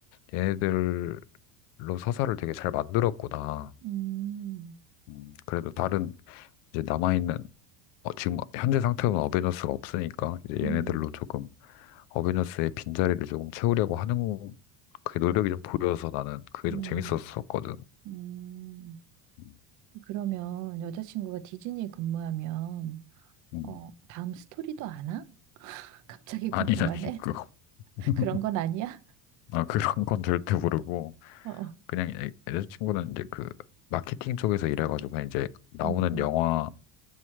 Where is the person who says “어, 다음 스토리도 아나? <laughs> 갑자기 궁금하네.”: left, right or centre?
Right